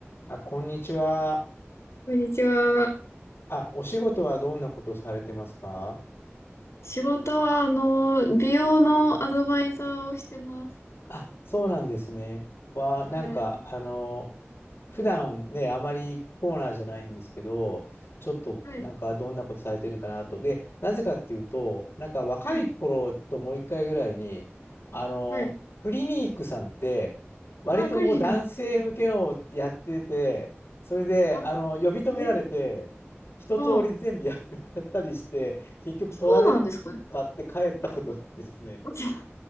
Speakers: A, on the left (about 60°); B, on the left (about 80°).
A: あ、こんにちは。
B: こんにちは。
A: あ、お仕事はどんなことされてますか
B: 仕事は、あの、美容のアドバイザーをしてます。
A: あ、そうなんですね。は、なんか、
B: はい。
A: あの、普段ね、あまり行くコーナーじゃないんですけど、ちょっと、
B: はい。
A: なんか、どんなことされてるかなと。で、なぜかっていうと、なんか、若い頃ともう一回ぐらいに、
B: はい。
A: あの、
B: はい。
A: クリニックさんって、割とこう、
B: あ、クリニック。
A: 男性向けのをやってて、それで、
B: あ、
A: あの、呼び止められて、
B: え、
A: 一通り全部やってもらったりして、
B: あ、
A: 結局、
B: そうなんですか。
A: トラベル買って帰ったことがあってですね。
B: <laughs>